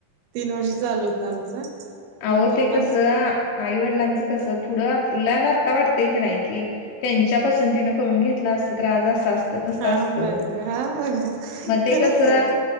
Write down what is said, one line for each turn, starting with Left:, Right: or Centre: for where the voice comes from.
Right: तीन वर्ष चालू होतं आमचं.
Left: आहो
Right: मम्मी
Left: ते
Right: पप्पांच
Left: कसं आईवडिलांचं कस पुढं आपल्याला आत्ता वाटतय कनाय की त्यांच्या पसंतीन करून घेतल असत तर आज अस तस
Right: हा
Left: असत
Right: बघ हा बघा
Left: मग ते
Right: खरंच
Left: कसं.
Right: आहे.